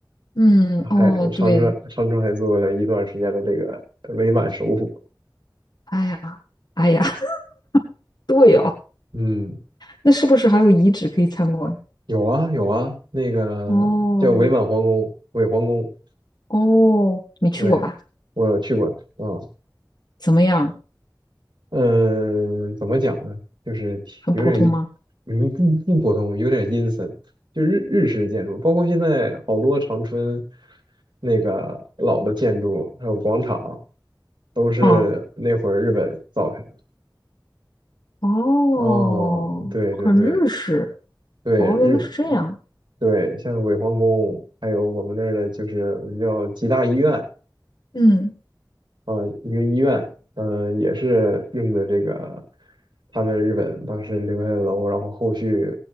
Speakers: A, on the left; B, on the right.
A: 嗯，哦，
B: 还长春长春还做了一段时间的这个伪满首府，
A: 对，哎呀，哎呀，<laughs> 对哦，
B: 嗯，
A: 那是不是还有遗址可以参观？
B: 有啊有啊，那个叫伪满皇宫，
A: 哦，
B: 伪皇宫，
A: 哦，没去过吧？
B: 对，我有去过，啊，
A: 怎么样？
B: 嗯，怎么讲呢？就是挺有点阴，
A: 很普通吗？
B: 嗯，不不普通，有点阴森。就日日式建筑，包括现在好多长春那个老的建筑，还有广场，都是那会儿日本造下来的。
A: 哦，哦，
B: 哦，对对对
A: 很日式。
B: 对，
A: 哦，
B: 日
A: 原来是这样。
B: 对，像伪皇宫，还有我们那儿的，就是我们叫吉大医院，
A: 嗯
B: 啊，一个医院，嗯，也是用的这个他们日本当时留下的楼，然后后续